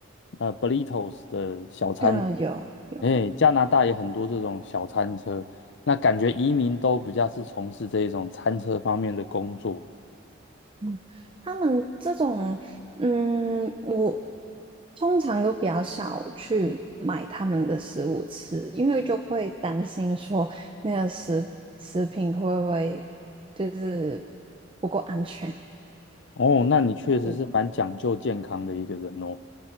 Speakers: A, on the left; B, on the right.
A: 呃 burritos 的小餐。
B: 嗯，有有。
A: 哎，加拿大也很多这种小餐车，那感觉移民都比较是从事这一种餐车方面的工作。
B: 嗯，他们这种，嗯，我通常都比较少去买他们的食物吃，因为就会担心说那个食食品会不会就是不够安全。
A: 哦，那你确实是蛮讲究健康的一个人哦。
B: 嗯，